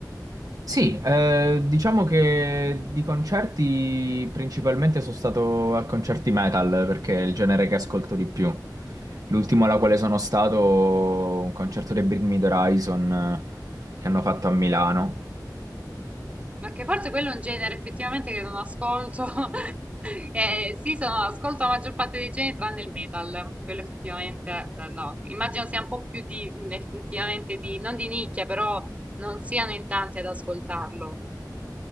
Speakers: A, on the right (about 55°); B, on the right (about 20°).
A: Sì, eh, diciamo che di concerti principalmente sono stato a concerti metal perché è il genere che ascolto di più. L'ultimo alla quale sono stato, un concerto dei Bring Me the Horizon eh, che hanno fatto a Milano.
B: ma che forse quello è un genere effettivamente che non ascolto. <laughs> Eh, sì, sono, ascolto la maggior parte dei generi tranne il metal, quello effettivamente eh, no. Immagino sia un po' più di, effettivamente di, non di nicchia, però non siano in tanti ad ascoltarlo.